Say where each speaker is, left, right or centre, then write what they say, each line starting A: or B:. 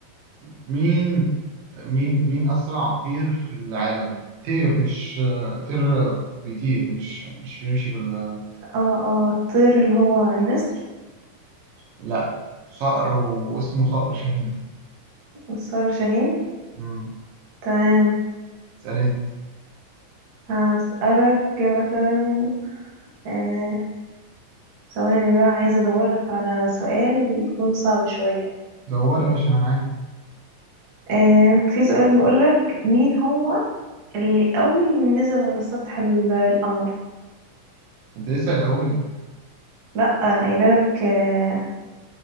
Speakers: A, on the right; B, on the right.
A: مين مين مين أسرع طير في العالم طير مش طير بيطير مش مش بيمشي بال
B: اه اه الطير اللي هو النسر
A: لا صقر واسمه صقر شاهين
B: نسار شاهين
A: مم.
B: تمام
A: اسألني
B: هسألك مثلا آه ثواني بقى عايزة أدورلك على سؤال يكون صعب شوية
A: دور يا باشا انا معاك
B: آه في سؤال بيقولك مين هو اللي أول من نزل على سطح ال- القمر
A: انت لسه قايلهولي
B: لأ أنا قايلة لك آه